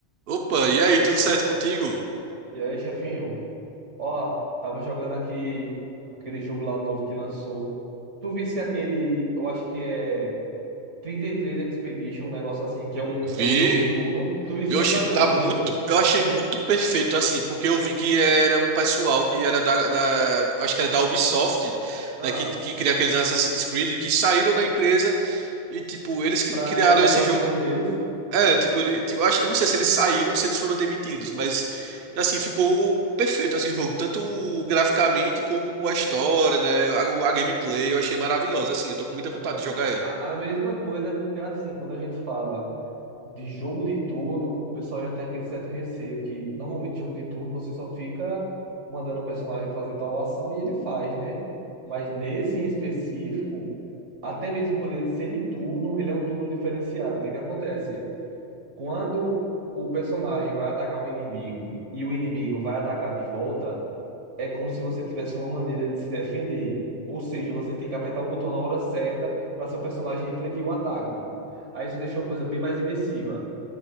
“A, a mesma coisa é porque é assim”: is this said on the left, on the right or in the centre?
Right